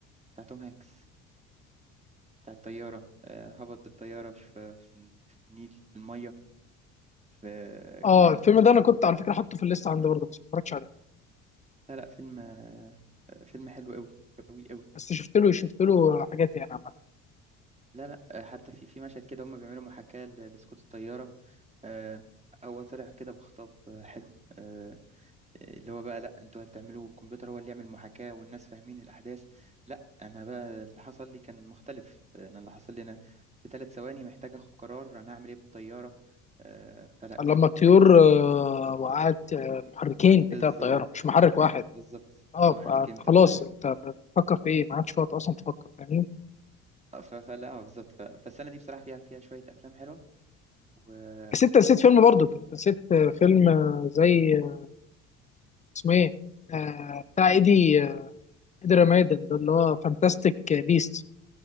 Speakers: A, on the right; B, on the left.
A: بتاع توم هانكس بتاع الطياره آه هبط بالطياره في في, في النيل في الميه في
B: اه
A: يعني
B: الفيلم ده
A: كان
B: انا كنت على فكره حاطه في الليست عندي برضه بس ما اتفرجتش عليه
A: لا لا فيلم آه فيلم حلو قوي قوي قوي
B: بس شفت له شفت له حاجات يعني عامة
A: لا لا آه، حتى في في مشهد كده هم بيعملوا محاكاة ل- لسقوط الطيارة آه، هو طلع كده بخطاب آه، حلو آه، آه، اللي هو بقى لا انتوا هتعملوا الكمبيوتر هو اللي يعمل محاكاة والناس فاهمين الأحداث لا أنا بقى اللي حصل لي كان مختلف آه، أنا اللي حصل لي أنا في ثلاث ثواني محتاج أخد قرار أنا هعمل إيه بالطيارة آه، فلا
B: لما
A: كان
B: الطيور
A: آه،
B: آه، وقعت آه، المحركين بتاع
A: بالظبط
B: الطيارة مش محرك واحد
A: بالظبط
B: اه
A: محركين
B: فأنت
A: بتاع
B: خلاص
A: الطيارة
B: انت بتفكر في ايه ما عادش في وقت اصلا تفكر فاهمني
A: آه، ف- فلا آه، بالظبط ف- فالسنة دي بصراحة فيها فيها شوية أفلام حلوة ولا
B: بس انت نسيت فيلم برضك انت نسيت آه، فيلم آه، زي آه، اسمه ايه آه، بتاع ايدي آه، ايدي رمادن ده اللي هو فانتاستيك بيست